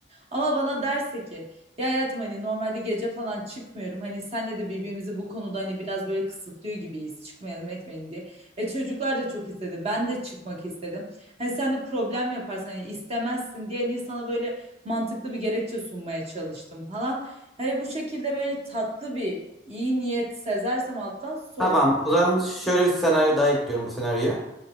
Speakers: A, on the right; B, in the centre.
A: Ama bana derse ki ya hayatım hani normalde gece falan çıkmıyorum. Hani senle de birbirimizi bu konuda hani biraz böyle kısıtlıyor gibiyiz. Çıkmayalım etmeyelim diye. E çocuklar da çok istedi. Ben de çıkmak istedim. Hani sen de problem yaparsın hani istemezsin diye hani sana böyle mantıklı bir gerekçe sunmaya çalıştım falan. Hani bu şekilde böyle tatlı bir iyi niyet sezersem alttan sorun
B: Tamam. O zaman şöyle bir senaryo daha ekliyorum bu senaryoya.